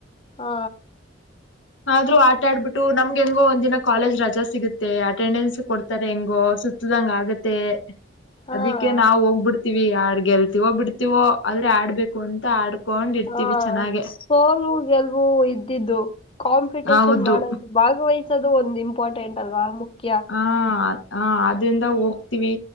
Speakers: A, on the left; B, on the left.
A: ಹಾ
B: ಆದ್ರೂ ಆಟ ಆಡ್ಬಿಟ್ಟು ನಮ್ ನಮ್ಗ್ ಹೆಂಗೋ ಒಂದ್ ದಿನ ಕಾಲೇಜ್ ರಜಾ ಸಿಗುತ್ತೆ ಅಟೆಂಡೆನ್ಸ್ ಕೊಡ್ತಾರೆ ಹೆಂಗೋ ಸುತ್ತದಂಗ ಆಗತ್ತೆ
A: ಹಾ
B: ಅದಿಕ್ಕೆ ನಾವು ಹೋಗ್ಬಿಡ್ತೀವಿ ಯಾರ್ ಗೆಲ್ತಿವೋ ಬಿಡ್ತೀವೋ ಆದ್ರೆ ಆಡ್ಬೇಕು ಅಂತ ಆಡ್ಕೊಂಡ್ ಇರ್ತೀವಿ
A: ಹಾ
B: ಚೆನ್ನಾಗೆ
A: ಸೋಲು ಗೆಲ್ವು ಇದ್ದಿದ್ದು ಕಾಂಪಿಟೇಷನ್
B: ಹೌದು
A: ಮಾಡೋದು ಭಾಗವಹಿಸದು ಒಂದ್ ಇಂಪಾರ್ಟೆಂಟ್ ಅಲ್ವಾ ಮುಖ್ಯ
B: ಹ ಹ ಅದ್ರಿಂದ ಹೋಗ್ತೀವಿ